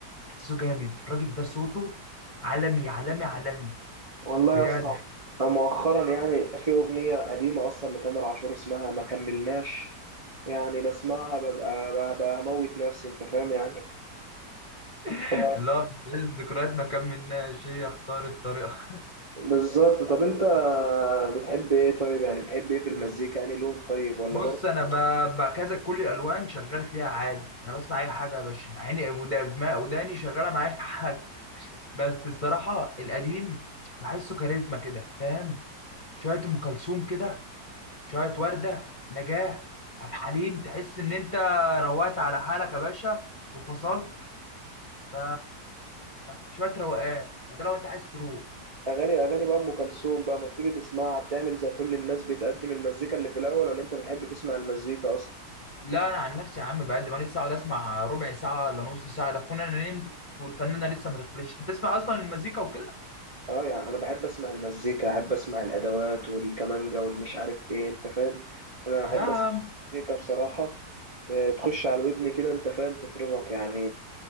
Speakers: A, on the left; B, on the right.
A: احساسه جامد الراجل ده صوته عالمي عالمي عالمي
B: والله
A: بجد
B: يا اسطى أنا مؤخرا يعني في اغنيه قديمه اصلا لتامر عاشور اسمها ما كملناش يعني بسمعها ببقى ببقى هموت نفسي انت فاهم يعني
A: <laughs>
B: ف-
A: اللي هو بتستعيد الذكريات ما كملناش هي اختار الطريقه
B: بالظبط طب انت بتحب ايه طيب يعني بتحب ايه في المزيكا يعني لون طيب ولا
A: بص
B: برضه
A: انا ب- ب- كذا كل الالوان شغال فيها عادي انا بسمع اي حاجه يا باشا عيني ودا- ما- وداني شغاله معايا حاجه بس الصراحه القديم بحسه كاريزما كده فاهم شويه ام كلثوم كده شويه ورده نجاه عبد الحليم تحس ان انت روقت على حالك يا باشا وفصلت ف شويه روقان ده لو انت عايز تروح
B: اغاني اغاني بقى ام كلثوم بقى ما بتيجي تسمعها بتعمل زي كل الناس بتقدم المزيكا اللي في الاول ولا انت بتحب تسمع المزيكا اصلا
A: لا انا عن نفسي يا عم بقد ما لسه اقعد اسمع ربع ساعه ولا نص ساعه ده كنا انا نمت والفنانه لسه ما دخلتش انت بتسمع اصلا المزيكا وكده
B: اه يعني انا بحب اسمع المزيكا احب اسمع الادوات والكمانجا والمش عارف ايه انت فاهم انا احب
A: لا يا عم
B: اسمع المزيكا بصراحه آه، تخش على ودني كده انت فاهم تطربك يعني